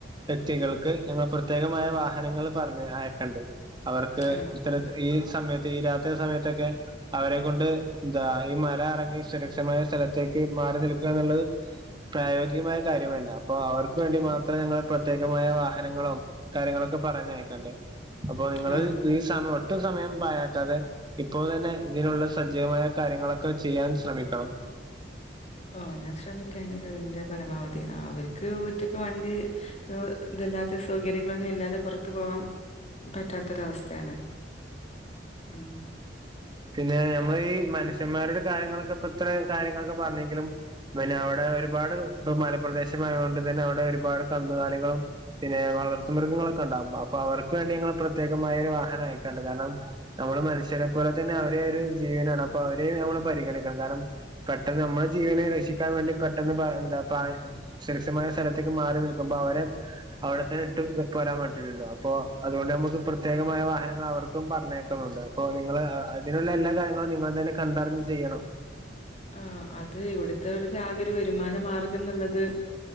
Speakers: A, on the right; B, on the left.
A: വ്യക്തികൾക്ക് ഞങ്ങൾ പ്രത്യേകമായ വാഹനങ്ങൾ പറഞ്ഞ് അയക്കണ്ട് അവർക്ക്
B: ആഹ്
A: ഇത്തര
B: ഓക്കെ
A: ഈ സമയത്ത് തീരാത്ത സമയത്തൊക്കെ അവരെ കൊണ്ട് എന്താ ഈ മല ഇറങ്ങി സുരക്ഷമായ സ്ഥലത്തേക്ക് മാറി നിൽക്കുക എന്നുള്ളത് പ്രായോഗികമായ കാര്യമല്ല അപ്പൊ അവർക്ക് വേണ്ടി
B: ഉം
A: മാത്രേ ഞങ്ങള് പ്രത്യേകമായ വാഹനങ്ങളും കാര്യങ്ങളൊക്കെ പറഞ്ഞയക്കണ്ട് അപ്പൊ നിങ്ങള്
B: ആഹ്
A: ഈ സമയം ഒട്ടും സമയം പാഴാക്കാതെ ഇപ്പോ തന്നെ ഇതിനുള്ള സജ്ജീവമായ കാര്യങ്ങളൊക്കെ ചെയ്യാൻ ശ്രമിക്കണം
B: ഓ ഞാൻ ശ്രമിക്കാന്റെ കഴിവിന്റെ പരമാവധി അവർക്ക് ഒറ്റക്ക് വണ്ടി ഇതില്ലാത്ത സൗകര്യങ്ങളൊന്നും ഇല്ലാതെ പുറത്തു പോകാൻ പറ്റാത്തൊരവസ്ഥ സ്ഥയാണ് ഉം
A: പിന്നെ നമ്മൾ ഈ മനുഷ്യന്മാരുടെ കാര്യങ്ങളൊക്കെ ഇത്ര കാര്യങ്ങളൊക്കെ പറഞ്ഞെങ്കിലും പിന്നെ അവിടെ ഒരുപാട് മലപ്രദേശയൊണ്ട് തന്നെ അവിടെ ഒരുപാട് കന്നുകാലികളും പിന്നെ വളർ ത്തു മൃഗങ്ങളൊക്കെ ഉണ്ടാവും അപ്പ അവർക്ക് വേണ്ടി ഞങ്ങൾ പ്രത്യേകമായ വാ ഹനം അയക്കണ്ട് കാരണം നമ്മള് മനുഷ്യരെ പോലെ തന്നെ അവരെ ഒരു ജീവനാണ് അപ്പം അവരെ നമ്മള് പരിഗണിക്കണം കാരണം പെട്ടെന്ന് നമ്മുടെ ജീവനെ രക്ഷിക്കാൻ വേണ്ടി പെട്ടന്ന് എന്ത സുരക്ഷമായ സ്ഥലത്തേക്ക് മാ മാറിനിൽക്കുമ്പോ അവരെ അവിടെതെ ഇട്ട് പോരാൻ പറ്റൂലല്ലോ അപ്പൊ അതുകൊണ്ട് നമുക്ക് പ്രത്യേകമായ വാ ഹനങ്ങൾ അവർക്കും പറഞ്ഞ ക്കുന്നുണ്ട് അപ്പൊ നിങ്ങള് അതിനുള്ള എല്ലാ കാര്യങ്ങളും നിങ്ങൾ തന്നെ കണ്ടറിഞ്ഞ് ചെയ്യണം
B: ആ അത് ഇവിടുത്തെ ഒരു ആകെ വരുമാന മാർഗം എന്നുള്ളത്